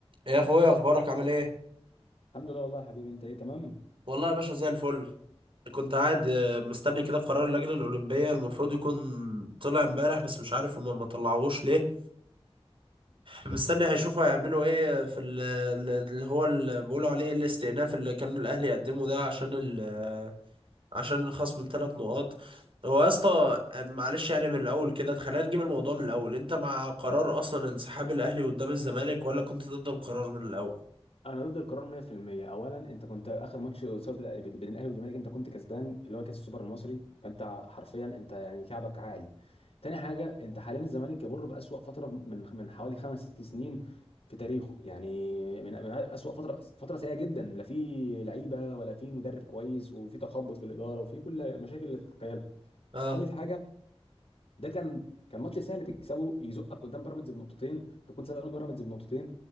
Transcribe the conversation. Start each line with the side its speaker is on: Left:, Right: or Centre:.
Right: يا اخويا اخبارك عامل ايه
Left: الحمد لله والله يا حبيبي انت ايه تمام
Right: والله يا باشا زي الفل كنت قاعد آه، مستني كده قرار اللجنة الأولمبية المفروض يكون طلع امبارح بس مش عارف هما ما طلعوش ليه مستني هيشوفوا هيعملوا ايه في ال- ال- اللي هو اللي بيقولوا عليه الاستئناف اللي كان الأهلي يقدمه ده عشان ال آه، عشان الخصم الثلاث نقاط هو يا اسطى آه، معلش يعني من الأول كده خلينا نجيب الموضوع من الأول أنت مع قرار أصلا انسحاب الأهلي قدام الزمالك ولا كنت ضد القرار من الأول؟
Left: انا ضد القرار 100% اولا انت كنت اخر ماتش قصاد الأ- بين الاهلي والزمالك انت كنت كسبان اللي هو كاس السوبر المصري فانت حرفيا انت يعني كعبك عالي تاني حاجه انت حاليا الزمالك يمر باسوا فتره من من حوالي خمس ست سنين في تاريخه يعني من من اسوا فتره فتره سيئه جدا لا في لعيبه ولا في مدرب كويس وفي تخبط في الاداره وفي كل المشاكل اللي تتخيلها
Right: اه
Left: تالت حاجه ده كان كان ماتش سهل تكسبه يزقك قدام بيراميدز بنقطتين تكون سابق بيراميدز بنقطتين